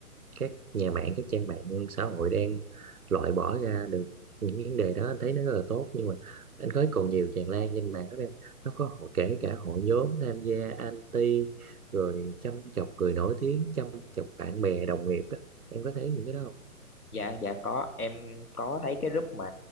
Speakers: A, on the right; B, on the left.
A: các nhà mạng các trang mạng xã hội đang loại bỏ ra được những vấn đề đó anh thấy nó rất là tốt nhưng mà anh thấy còn nhiều tràn lan trên mạng lắm em nó có hội kể cả hội nhóm tham gia anti rồi châm chọc người nổi tiếng châm chọc bạn bè đồng nghiệp á em có thấy những cái đó không
B: dạ dạ có em có thấy cái group mà